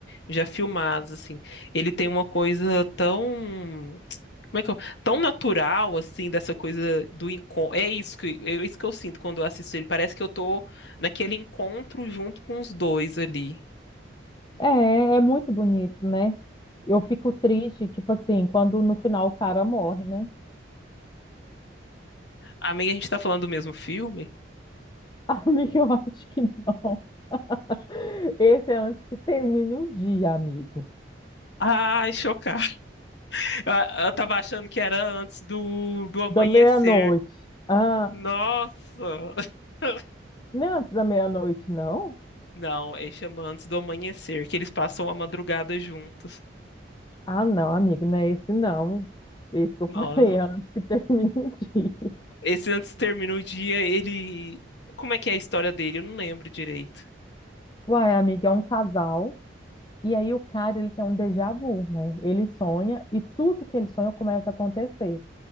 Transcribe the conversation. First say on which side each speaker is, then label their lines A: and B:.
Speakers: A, on the left; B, on the left.
A: já filmados, assim. Ele tem uma coisa tão, como é que eu, tão natural, assim, dessa coisa do encontro. É isso que, é isso que eu sinto quando eu assisto ele. Parece que eu tô naquele encontro junto com os dois ali.
B: É, é muito bonito, né? Eu fico triste, tipo assim, quando no final o cara morre, né?
A: Amiga, a gente tá falando do mesmo filme?
B: <laughs> Amigo, eu acho que não. <laughs> Esse é antes que termine o dia, amigo.
A: Ai, chocada. Eu, eu tava achando que era antes do, do amanhecer.
B: Da meia-noite. Ah,
A: Nossa! <laughs>
B: não é antes da meia-noite, não?
A: Não, ele chama antes do amanhecer, que eles passam a madrugada juntos.
B: Ah, não, amigo, não é esse, não. Esse que eu
A: Nossa,
B: <laughs> falei, é antes que termine o dia.
A: esse antes termina o dia, ele. Como é que é a história dele? Eu não lembro direito.
B: Uai, amigo, é um casal. E aí o cara, ele tem um déjà vu, né? Ele sonha e tudo que ele sonha começa a acontecer.